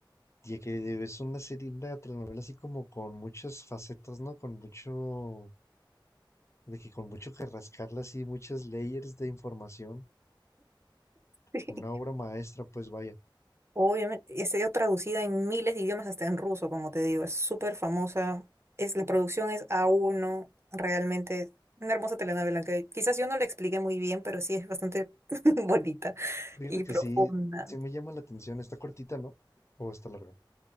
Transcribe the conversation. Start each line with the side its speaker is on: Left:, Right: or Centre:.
Left: ya que es una serie, una telenovela así como con muchas facetas, ¿no? Con mucho, de que con mucho que rascarle así, muchas layers de información.
Right: <laughs>
Left: Una obra maestra, pues vaya.
Right: Obviamente, y ha sido traducida en miles de idiomas, hasta en ruso, como te digo, es súper famosa. Es, la producción es a uno realmente una hermosa telenovela que quizás yo no la expliqué muy bien, pero sí es bastante <laughs> bonita
Left: Fíjate
Right: y profunda.
Left: que sí, sí me llama la atención. Está cortita, ¿no? O está larga.